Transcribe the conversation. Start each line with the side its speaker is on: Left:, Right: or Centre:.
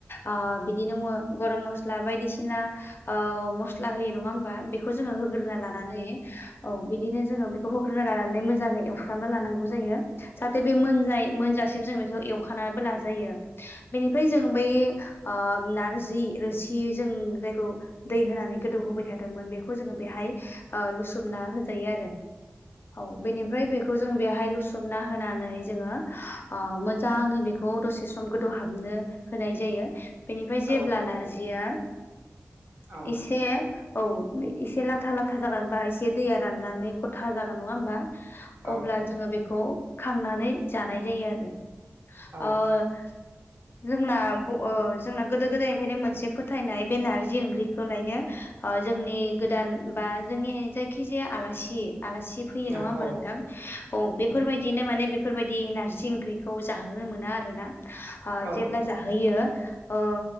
Left: ओ बिदिनो बुङो गरम मस्ला बायदिसिना ओ मस्ला होयो नङा होमबा बे खौ जोङो होग्रोना लानानै औ बिदिनो जोंङो बेखौ होग्रोना लानानै मोजाङै खालामना लानांगौ जायो जाहाथे बे मोनज मोनजासिम जों बेखौ एवखनानैबो लाजायो। बेनिफ्राय जों बै ओ नारजि रोसि जों जायखौ दै होनानै गोदौ होबाय थादोंमोन बेखौ जोङो बेहाय ओ लुसोमना होजायो आरो। औ बेनिफ्राय बेखौ बेखौ जों बेवहाय लुसबना होनानै जोङो मोजाङै बेखौ दसे सम गोदौहाबनो होनाय जायो बेनिफ्राय जेब्ला
Right: औ
Left: नारजिया
Right: औ
Left: एसे औ एसे लाथा लाथा जागोनबा एसे दैया राननानै गथा जागोन नंङा होमबा
Right: औ
Left: अब्ला जोंङो बेखौ खांनानै जानाय जायो आरो
Right: औ
Left: जोंना जोंना गोदो गोदायनिफ्रायनो मोनसे फोथायनाय बेनारजि ओंख्रिखौ लायनो जोंनि गोदान बा जोंनि जायखि जाया आलासि आलासि फैयो
Right: औ
Left: नंङा होमबा
Right: औ
Left: नोंथां औ बेफोरबायदिनो माने बेफोरबायदि नारजि ओंख्रिखौ जाहोनो मोना आरो ना
Right: औ
Left: जेब्ला जाहोयो ओ